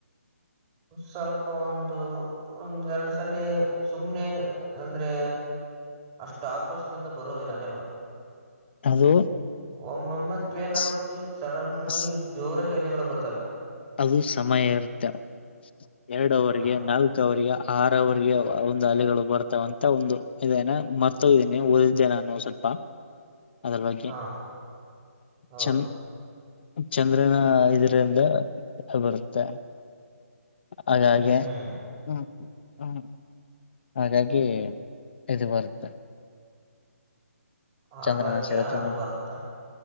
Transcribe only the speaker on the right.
ಸ್ವಲ್ಪ ಒಂದು ಒಂದ್ ಎರಡು ಸಲ ಸುಮ್ನೆ ಅಂದ್ರೆ ಅಷ್ಟು ಆಕ್ರೋಶದಿಂದ ಬರುದಿಲ್ಲ ಅಲೆಗಳು
ಒಮ್ಮೊಮ್ಮೆ ಕ್ಲೀನ್ ಆಗುತ್ತೆ
ಸಡನ್
ಜೋರ್ ಎಲೆಗಳು ಬರ್ತವೆ
ಹ
ಹ ಹ
ಹ್ಮ್
ಹ್ಮ್
ಹಾಗಾಗಿ
ಅದು ಬರುತ್ತಾ